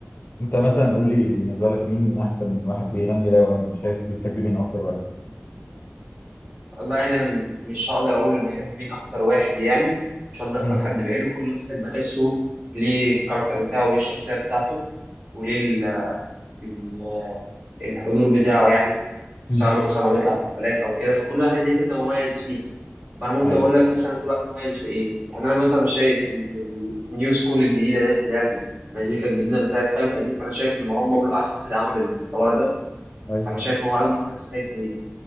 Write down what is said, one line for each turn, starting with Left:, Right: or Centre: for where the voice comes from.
Left: أنت مثلا قول لي بالنسبة لك مين أحسن واحد بيغني راب أو أنت شايف بتحب مين أكتر واحد
Right: والله يعني أنا م- مش هقدر أقول بحب مين أكتر واحد يعني مش هقدر أختار
Left: امم
Right: حد بعينه كل واحد بحسه ليه الكاركتر بتاعه وليه الشخصية بتاعته وليه ال- ال- الحضور بتاعه يعني سواء
Left: مم.
Right: مثلا لما بيطلع في حفلات أو كده فكل واحد ليه حتة مميز فيها فأنا ممكن
Left: أيوه
Right: أقول لك مثلا كل واحد مميز في إيه يعني أنا مثلا شايف إن في النيو سكول الجديدة ديت اللي هي المزيكا الجديدة اللي طلعت فجأة دي فأنا شايف إن مروان بابلو أحسن واحد عمل الحوار ده
Left: أيوه
Right: فانا شايف هو اجمد واحد في الحته دي